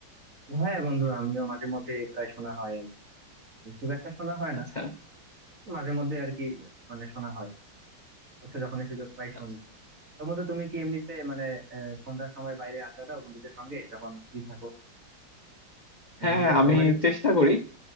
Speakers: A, on the right (about 40°); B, on the left (about 30°).
A: হ্যাঁ বন্ধু আমিও মাঝে মধ্যে প্রায় শোনা হয় আর কি খুব একটা শোনা হয়
B: আচ্ছা
A: না মাঝে মধ্যে আর কি মানে শোনা হয় হচ্ছে যখনই সুযোগ পাই শুনি
B: আচ্ছা।
A: তো বন্ধু তুমি কি এমনিতে মানে আহ, সন্ধ্যার সময় বাইরে আড্ডা দাও বন্ধুদের সঙ্গে যখন ফ্রি থাকো বন্ধু
B: হ্যাঁ
A: দিতে ভালো
B: আমি
A: লাগে তোমার
B: চেষ্টা করি